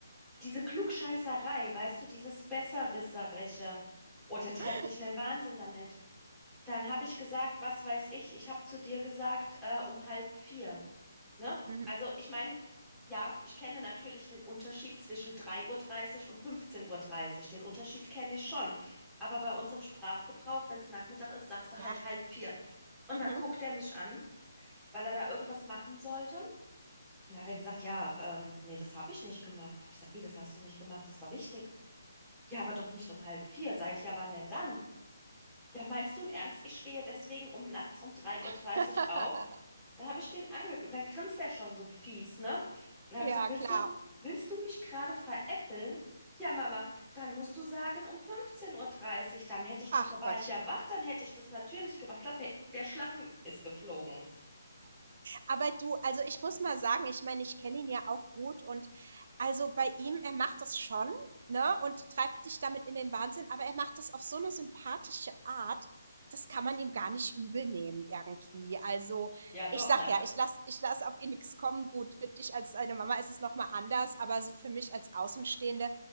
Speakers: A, in the centre; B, on the right.
A: diese Klugscheißerei, weißt du, dieses Besserwisserische. Oh,
B: <laughs>
A: der treibt mich in den Wahnsinn damit. Dann habe ich gesagt, was weiß ich, ich habe zu dir gesagt, äh, um halb vier. Ne?
B: Mhm.
A: Also ich meine, ja, ich kenne natürlich den Unterschied zwischen drei Uhr dreißig und fünfzehn Uhr. dreißig. Den Unterschied kenne ich schon. Aber bei uns im Sprachgebrauch, wenn es Nachmittag ist, sagst du
B: Ja.
A: halt halb vier. Und
B: Mhm.
A: dann guckt er mich an, weil er da irgendwas machen sollte. Und Dann hat er gesagt, ja, ähm, nee, das habe ich nicht gemacht. Hab ich gesagt, wie, das hast du nicht gemacht? Das war wichtig. Ja, aber doch nicht um halb vier, sag ich, ja, wann denn dann? Ja, meinst du im Ernst, ich stehe deswegen um nachts um drei Uhr
B: <laughs>
A: dreißig auf? Da habe ich den angeguckt und dann grinst er schon so fies, ne? Und da habe
B: Ja,
A: ich gesagt, willst
B: klar.
A: du, willst du mich gerade veräppeln? Ja, Mama, dann musst du sagen um fünfzehn Uhr, dreißig. dann hätte ich
B: Ach
A: das, da war
B: Gott.
A: ich ja wach, dann hätte ich das natürlich gemacht. Glaub mir, der Schlappen ist geflogen.
B: Aber du, also ich muss mal sagen, ich meine, ich kenne ihn ja auch gut und also bei ihm, er macht das schon, ne, und treibt dich damit in den Wahnsinn, aber er macht das auf so eine sympathische Art, das kann man ihm gar nicht übel nehmen irgendwie. Also
A: Ja, doch,
B: ich sag
A: nach
B: ja, ich lass, ich lass auf ihn nichts kommen. Gut, für dich als seine Mama ist es nochmal anders, aber so für mich als Außenstehende